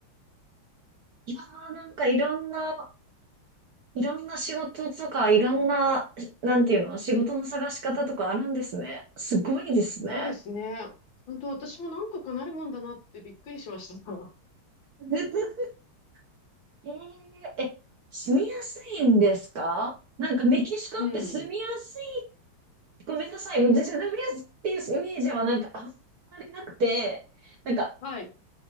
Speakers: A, on the right; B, on the left.
A: いやー、なんかいろんな、いろんな仕事とか、いろんな、なんていうの、仕事の探し方とかあるんですね。すごいですね。
B: そうですね。本当私もなんとかなるもんだなってびっくりしました。
A: <laughs> えー、え、住みやすいんですかなんかメキシコって住みやす
B: <laughs> うん。
A: い。ごめんなさい。住みやすいっていうイメージはなんかあんまりなくて、なんか
B: はい。